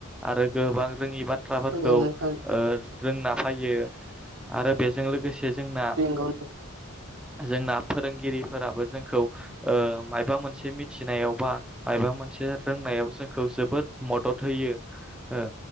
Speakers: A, in the centre; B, on the right (about 65°).
A: आरो गोबां रोङि बा थ्राफोरखौ
B: नंगौ नोंथां
A: ओ रोंना फायो। आरो बेजों लोगोसे जोंना
B: नंगौ
A: जोंना फोरोंगिरि फोराबो जोंखौ ओ मायबा मोन से मिथिनायाव बा मायबा मोनसे रोंनायाव जोंखौ जोबोद मदद होयो ओ